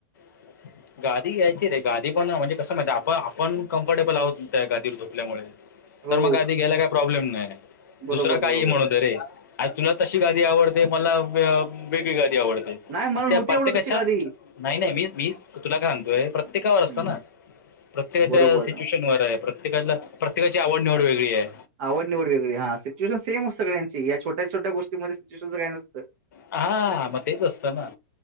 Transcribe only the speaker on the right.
हो
बरोबर
बरोबर
नाही मला
नव्हती
आवडत तशी गादी
हं,
बरोबर
आवड निवड वेगळी हां सिच्युएशन सेम सग्यांची या छोट्या छोट्या गोष्टीमध्ये सिच्यएशनच काय नसं